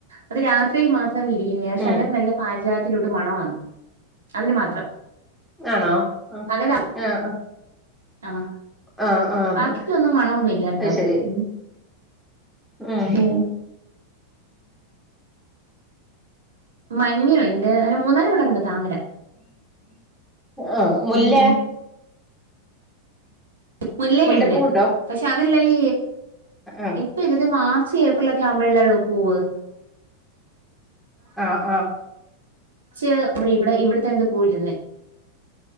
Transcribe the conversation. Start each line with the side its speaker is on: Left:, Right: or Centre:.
Right: അത് രാ ത്രി മാത്രം വിരിയുന്നെയാ പക്ഷെ
Centre: ഉം
Right: അന്നെരം നല്ല പാരിചാതത്തിന്റെ കൂട്ട് മണവാ അതിന് മാത്രം
Centre: ആണോ ആഹ്
Right: പകലാ
Centre: ആഹ് ആഹ്
Right: ആ
Centre: ആഹ് ആഹ്
Right: ബാക്കിക്കൊന്നും
Centre: ആഹ്
Right: മണമൊന്നുമില്ല കേട്ടോ
Centre: അയി ശെരി
Right: ഉം
Centre: ഉമ്
Right: ഉം മഞ്ഞു യുണ്ട് മൂന്നാല് കളറുണ്ട് താമര
Centre: ആഹ് മുല്ല
Right: മ് മുല്ലയുണ്ട്
Centre: മുല്ലപ്പൂ ഉണ്ടോ
Right: പക്ഷെ അതില്ല ഈ
Centre: ആഹ്
Right: ഇപ്പ ഇതിൽ മാ ച്ച് ഏപ്രിലൊക്കെ ആവുമ്പോഴല്ലേ ഉള്ളൂ പൂവ്
Centre: ആഹ് ആഹ്
Right: ച്ച് വി ഇവിടെ ഇവിടത്തെന്ത് പൂയിരുന്ന്